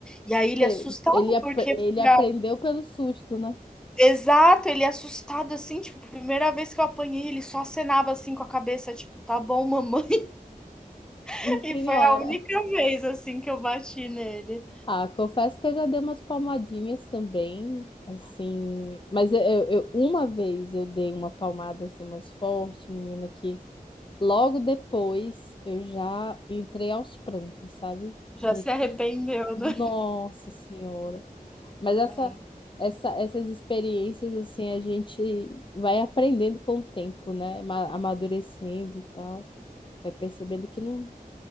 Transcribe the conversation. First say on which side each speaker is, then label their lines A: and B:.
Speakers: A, in the centre; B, on the left.
A: E aí ele
B: Cê-
A: assustado
B: Ele, apre-
A: porque
B: ele
A: foi
B: aprendeu pelo susto, né?
A: Exato, ele assustado, assim, tipo, primeira vez que eu apanhei, ele só acenava, assim, com a cabeça, tipo: "Tá bom, mamãe". <laughs>
B: E senhora.
A: E foi a única vez, assim, que eu bati nele.
B: Ah, confesso que eu já dei umas palmadinhas também, assim. Mas eu, eu- eu- uma vez eu dei uma palmada assim mais forte, menina, que logo depois eu já entrei aos prantos, sabe?
A: Já
B: Eu falei
A: se
B: que
A: arrependeu,
B: Nossa
A: né.
B: Senhora. Mas essa,
A: É.
B: essa, essas experiências, assim, a gente vai aprendendo com o tempo, né? Ma- Amadurecendo e tal. Vai percebendo que não.